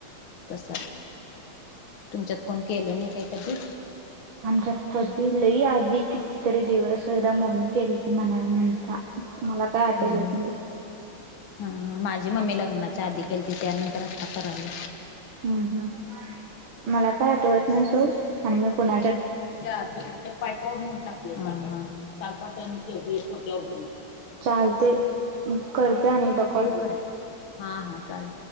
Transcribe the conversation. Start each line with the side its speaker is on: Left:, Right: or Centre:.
Left: तस! तुमच्यात फोन केला नाही काय कधी?
Right: जगपती लई आधी कितीतरी दिवस एकदा मम्मी केलेती म्हणायला म्हणता. मला काय आठवत
Left: हम्म
Right: नाही.
Left: हा माझी मम्मी लग्नाच्या आधी केलीती. त्यानंतर आता कले.
Right: हम्म हम् मला काय आठवत नाही सो. आणि मी कोणा
Left: त्या तिकडे पायपावर म्हून टाकले चालपा चालपाेत होतवर भरून.
Right: चालतंय करते अनेकदा कॉल
Left: ठीक आहे. हा हा चालेल.